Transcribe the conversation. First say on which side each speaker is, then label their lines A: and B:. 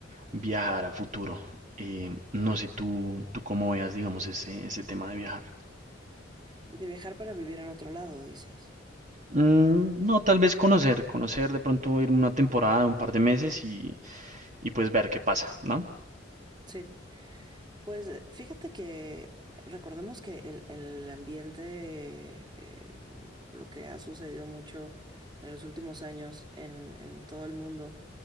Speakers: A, on the right (about 40°); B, on the right (about 25°).
A: viajar a futuro. Eh, no sé tú, tú cómo veas, digamos, ese, ese tema de viajar.
B: De viajar para vivir en otro lado, dices.
A: Mm, no, tal vez conocer, conocer de pronto ir una temporada, un par de meses y, y pues ver qué pasa, ¿no?
B: Sí. Pues eh, fíjate que recordemos que el, el ambiente, eh, o lo que ha sucedido mucho en los últimos años en, en todo el mundo,